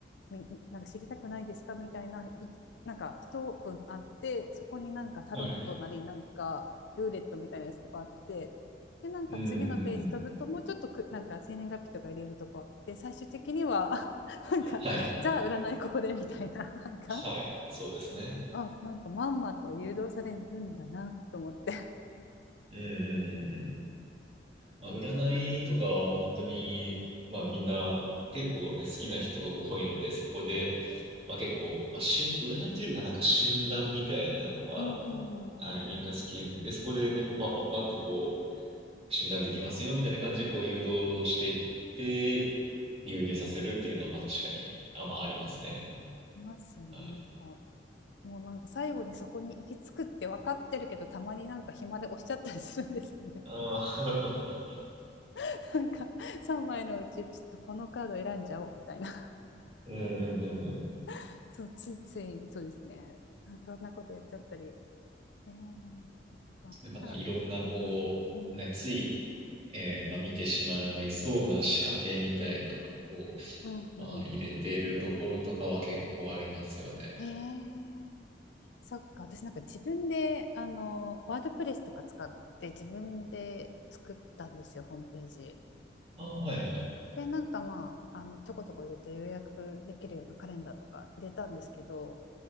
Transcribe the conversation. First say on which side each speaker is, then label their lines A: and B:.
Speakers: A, on the left; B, on the right.
A: みなんか知りたくないですかみたいななんか一文あってそこになんかタロットなりなんかルーレットみたいなやつとかあってでなんか次のページ飛ぶともうちょっとくなんか生年月日とか入れるとこあって最終的にはあ
B: はいうんうんうんうん
A: <laughs> なんかじゃあ占いここでみたいな
B: はいはいはい。
A: <laughs> なんか
B: はい、そうですね。
A: あなんかまんまと誘導されるんだなと思って
B: うん。うんうんうんうん。まあ、占いとかはもう本当に、まあみんな結構ね、好きな人が多いので、そこで、まあ結構、まあしん、占いというよりかなんか診断みたいなのは、
A: うんうんうんあ
B: はい、みんな好きなので、そこでね、こうパッパッパってこう、診断できますよみたいな感じでこう誘導していって、流入させるっていうのはまあ確かに、あ、まあありますね。
A: りますよねなんか
B: はい。
A: もうなんか最後にそこに行き着くって分かってるけどたまになんか暇で押しちゃったりするんですよね
B: ああ、
A: <laughs> なんか3枚のうちちょっとこのカード選んじゃおうみたいな
B: <laughs> うんうんうんうん
A: <laughs> そうついついそうですねなんかそんなことやっちゃったり、えー、そっかあ
B: でまあ、いろんな、こう、
A: うん
B: ね、つい、えーまあ、見てしまいそうな仕掛けみたいなのを、
A: うんう
B: まあ、入れてるところとかは結構ありますよね。
A: んえー、そっか私なんか自分であのワードプレスとか使って自分で作ったんですよホームページ。
B: ああ、はいはい。
A: でなんかまああのちょこちょこ入れて予約できるようなカレンダーとか入れたんですけど